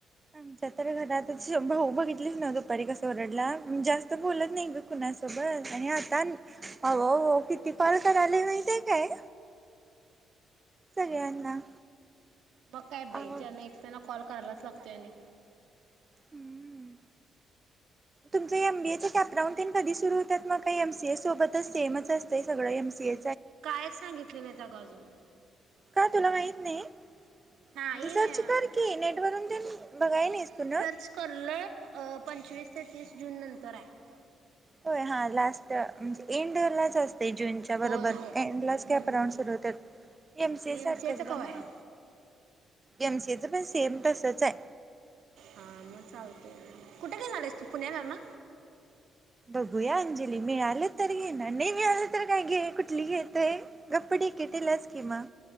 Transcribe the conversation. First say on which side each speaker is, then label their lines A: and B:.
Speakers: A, on the right; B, on the right.
A: आमच्या तर घरातच शम्भ भाऊ बघितलीस न्हव दुपारी कस ओरडला जास्त. तो बोलत नाही गं. कुणासोबत आणि आता आन
B: हम्म
A: आव आव ओ किती कॉल करायल्या माहिती हाय काय? सगळ्यांना.
B: मग काय बाई
A: आहो
B: ज्यांना एक त्यांना कॉल करायलाचं लागतोय आणि
A: हम्म. तुमच एम बी ए चॅप्राहून तेन कधी सुरू होतात मग का एम सी ए सोबतच सेमच असतय सगळं एम सी ए
B: कायच सांगितले नाहीत अगं अजून.
A: का तुला माहित नाही? म्हणजे
B: नाई, सर्च कर की नेट,
A: नेटवरून तेन बघाय
B: नई
A: नाहीस
B: नई
A: तू ना
B: सर्च करलोय अ पंचवीस ते तीस जून नंतर आय.
A: होय हा लास्ट म्हंज एंड ला जास् ते जूनच्या बरोबर
B: होय होय.
A: एंड लाच
B: हम्म
A: कॅपराऊंड सुरू हुत्यात एम सी
B: आणि
A: ए सारखंच
B: एच कवा
A: गं
B: आहे?
A: म एम सी ए च पण सेम तसच आय.
B: हा म चालतय, कुठ घेनार हायस तू पुण्याला ना?
A: बघूया अंजली मिळाल तर घेणार, नई मिळालं तर काय घे कुठली घेतोय, गप्प डी के टी लाच कि म